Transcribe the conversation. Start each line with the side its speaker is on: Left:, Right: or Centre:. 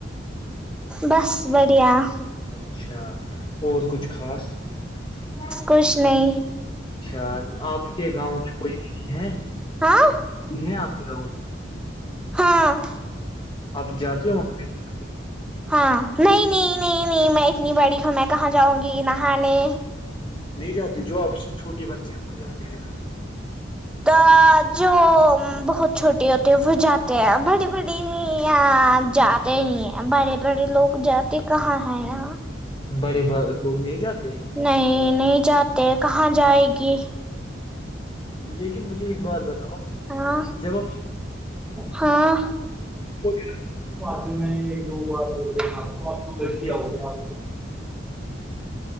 Centre: بس بڑھیا <unintelligible>
Left: اچھا اور کچھ خاص <unintelligible>
Centre: کچشھ نہیں
Left: اچھا آپ کے گاؤں میں کوئی ہے
Centre: ہاں
Left: ہیں آپ کے گاؤ
Centre: ہاں
Left: آپ جاتے ہو وہاں پہ <unintelligible> <inaudible>
Centre: ہاں نہیں نہیں نہیں نہیں میں اتنی بڑی ہ میں کہاں جاؤں گی نہانے
Left: نہیں جاتے جوش چھوٹے بچے ہیں وہ جاتے ہیں ن ہمے
Centre: ا جو بہت چھوٹی ہوتی ہے وہ جاتے ہیں بڑی بڑی نہیں یہاں جات ہی نہیں ہے بڑے بڑے لوگ جات کہاں ہے یہاں
Left: بڑے با- لوگ نہیں جاتے ہیں
Centre: نہیں نہیں جاتے کہاں جائے گی
Left: لیکن مجھے ایک بات بتاؤ
Centre: ہاں
Left: جب آپ
Centre: ہاں
Left: چھوٹے
Centre: آ میں نے ایک دو بار دیکھا تو آپ لل
Left: لڑکیاں
Centre: کے آؤ
Left: ہو
Centre: گے
Left: گیا
Centre: آپ